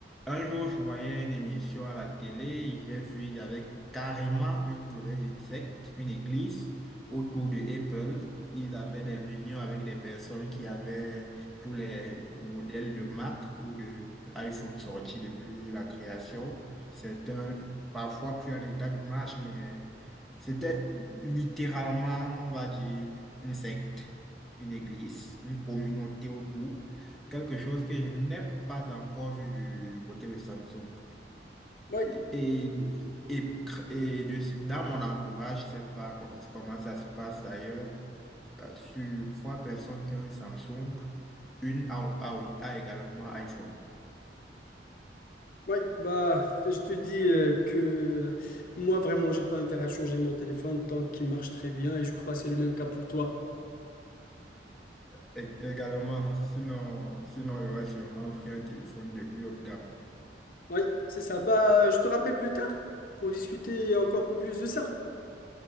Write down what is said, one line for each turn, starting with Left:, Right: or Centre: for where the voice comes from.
Centre: Un jour, je voyais une émission à la télé, j'ai vu, il y avait carrément une, je vais dire une secte, une église autour de Apple. Ils avaient des réunions avec des personnes qui avaient tous les modèles de Mac ou de iPhone sorti depuis la création. C'est un, parfois plus en état de marche, mais c'était littéralement, on va dire, une secte, une église, une communauté autour. Quelque chose que je n'ai pas encore vu du, du côté de Samsung.
Left: Oui.
Centre: Et, et, et cr- et de- dans mon entourage, je ne sais pas co- comment ça se passe ailleurs, euh, sur trois personnes qui ont un Samsung, une a, a- a également iPhone.
Left: Oui, bah, je te dis euh, que moi, vraiment, j'ai pas intérêt à changer mon téléphone tant qu'il marche très bien et je crois que c'est le même cas pour toi.
Centre: É- Également, sinon, sinon, j'aurais sûrement pris un téléphone de plus haute gamme.
Left: Oui, c'est ça. Bah, je te rappelle plus tard pour discuter encore un peu plus de ça.